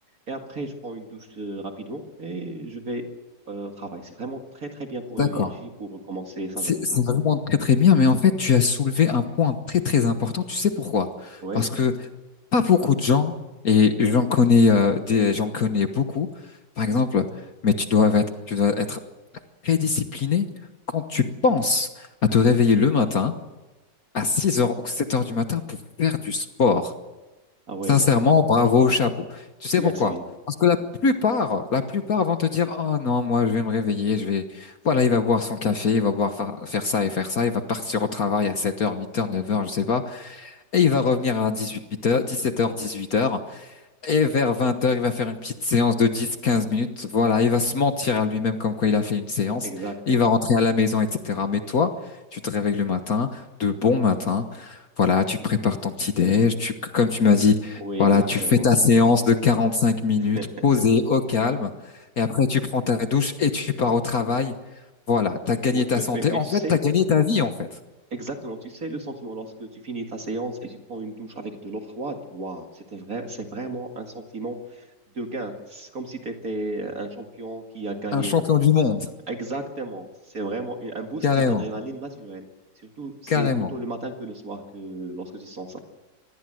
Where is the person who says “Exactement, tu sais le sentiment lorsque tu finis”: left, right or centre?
Right